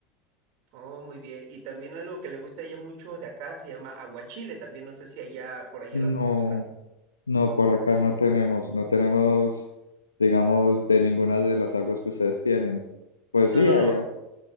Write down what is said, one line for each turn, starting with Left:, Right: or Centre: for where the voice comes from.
Right: Oh, muy bien. Y también algo que le gusta a ella mucho de acá se llama aguachile. También no sé si allá por allá
Left: No,
Right: la conozcan.
Left: no, por acá no tenemos, no tenemos, digamos, de ninguna de las aguas que ustedes tienen. Pues
Right: No,
Left: sí,
Right: no,
Left: allá.
Right: no.